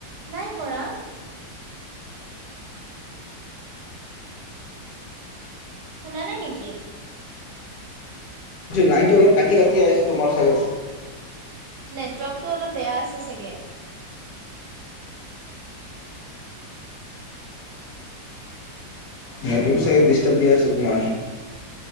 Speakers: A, on the right; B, on the left.
A: নাই কৰা। শুনা নাই নেকি?
B: লাইনটো অলপ কাটি কাটি আহিছে তোমাৰ চাগে।
A: নেটৱ'ৰ্কটো অলপ বেয়া আছে চাগে।
B: নেটৱ'ৰ্কটো চাগে ডিষ্টাৰ্ব দি আছে তোমাৰ।